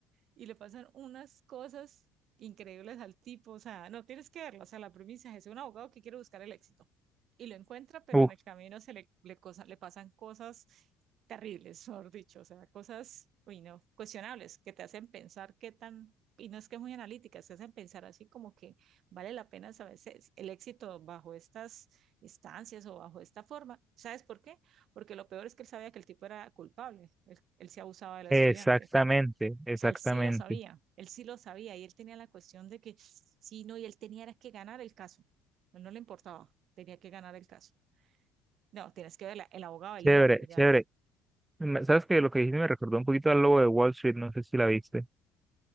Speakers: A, on the right; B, on the right.
A: y le pasan unas cosas increíbles al tipo, o sea, no tienes que verlo, o sea, la premisa es un abogado que quiere buscar el éxito y lo encuentra, pero
B: Uf,
A: en el camino se le, le, cosa, le pasan cosas terribles, mejor dicho, o sea, cosas, uy, no, cuestionables, que te hacen pensar qué tan, y no es que es muy analíticas, te hacen pensar así como que vale la pena a veces el éxito bajo estas instancias o bajo esta forma. ¿Sabes por qué? Porque lo peor es que él sabía que el tipo era culpable, él, él se abusaba de la
B: exactamente,
A: estudiante. O
B: exactamente.
A: sea, él sí lo sabía, él sí lo sabía y él tenía la cuestión de que sí, no, y él tenía era que ganar el caso. No, no le importaba, tenía que ganar el caso. No, tienes que verla, El abogado del
B: Chévere,
A: diablo se llama.
B: chévere. Me- ¿Sabes que Lo que dijiste me recordó un poquito al lobo de Wall Street, no sé si la viste.